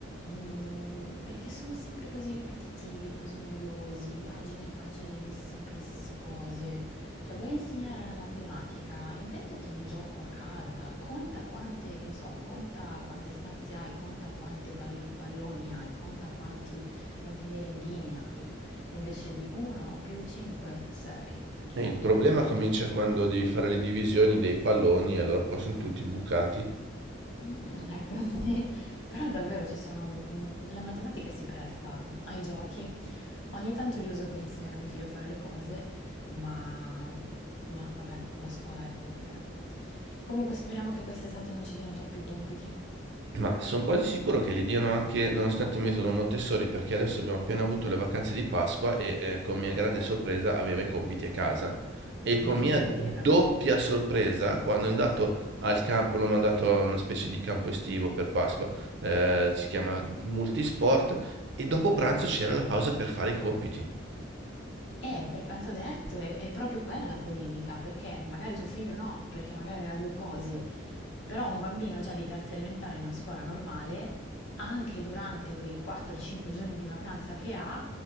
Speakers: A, on the left (about 65°); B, on the right (about 55°).
A: Mhmm, perché sono sempre così ripetitivi, così noiosi, pagine e pagine di sempre le stesse cose. Cioè, vuoi insegnare la matematica? Inventati un gioco a casa, conta quante, che ne so, conta quante stanze hai, conta quante pal- palloni hai, conta quanti- quante merendine hai, invece di 1 più 5, 6. È
B: E
A: molto
B: il problema
A: noioso.
B: comincia quando devi fare le divisioni dei palloni, e allora poi sono tutti bucati.
A: <laughs> È così, però davvero ci sono, mhmm, la matematica si presta ai giochi. Ogni tanto li uso per insegnare a mio figlio a fare le cose, ma ma vabbè, la scuola è quello che è. Comunque speriamo che quest'estate non ci diano troppi compiti.
B: Ma sono quasi sicuro che li diano anche nonostante il metodo Montessori, perché adesso abbiamo appena avuto le vacanze di Pasqua e eh, con mia grande sorpresa aveva i compiti a casa. E con
A: Ma che
B: mia
A: compiti
B: doppia
A: erano?
B: sorpresa, quando è andato al campo, l'ho mandato a una specie di campo estivo per Pasqua, eh, si chiama Multisport, e dopo pranzo c'era la pausa per fare i compiti.
A: Eh, perché, ma ti ho detto, è, è proprio quella la polemica, perché magari tuo figlio no, perché magari ha due cose, però un bambino già di terza elementare in una scuola normale, anche durante quei 4-5 giorni di vacanza che ha,